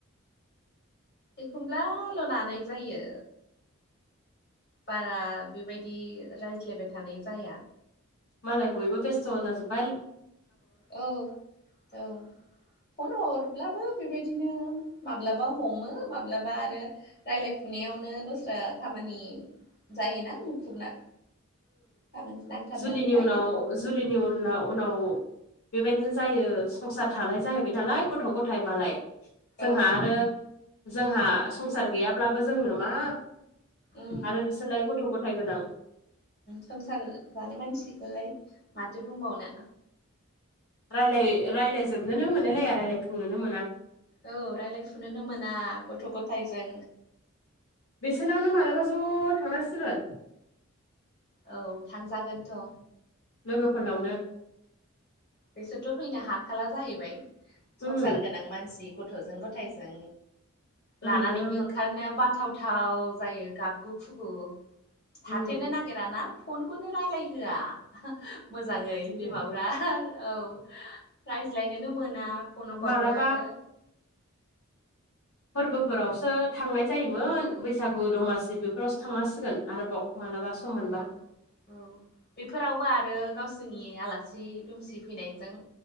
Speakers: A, on the left; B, on the left.
A: एखमब्लाल' लानाय जायो। बारा बेबायदि रायज्लायबाय थानाय जाया।
B: माल बयबो बेस्थ दाजु फाल
A: औ औ फन हरब्लाबो बेबायदिनो माब्लाबा हमो माब्लाबा आरो। रायज्लायफुनायावनो दस्रा खामानि जायोना मुखुबना खामानि नांथाबनानै
B: जुलिनि
A: थायो
B: उनाव जुलिनि उन उनाव बेबायदिनो जायो संसार थालाय जाहैबाय नालाय गथ' गथ' फथाय मालाय जोंहा
A: औ
B: आरो जोंहा संसार गैयाब्लाबो जोंनो मा
A: उम
B: आरो बिसोरलाय गथ' गथाय गोनां
A: संसार जानाय मानसिखौलाय माथो बुंबावनो
B: रायलाय राय्लायजोबनोनो मोनोलाया रायज्लायफुंनोनो मोना
A: औ रायज्लायफुनोनो मोना गथ' गथायजों
B: बिसनावनो मालाबा ज' थांनांसिगोन
A: औ थांजागोनथ'
B: लोगोफोरनावनो
A: बेसोरथ' फैनो हाखला जाहैबाय संसार
B: उम
A: गोनां मानसि गथ'जों गथायजों लानानैबो
B: ओरैनो मा
A: ओंखारनो बाथाव गोथाव जायो गाबगु खुगु
B: उम
A: थाथेरनो नागिराना खनखौनो रायज्लायहोआ मोजाङै
B: बेनोथ'
A: बिमाफ्रा औ प्राइज लायनोनो मोना फनावबाबो
B: मालाबा
A: आरो।
B: फोरबोफोरावसो थांनाय जायोमोन बैसागु दमासि बेफोरावसो थांनांसिगोन आरोबाव मालाबा सम मोनबा
A: औ। औ बेफोरावबो आरो गावसोरनि आलासि दुमसि फैनायजों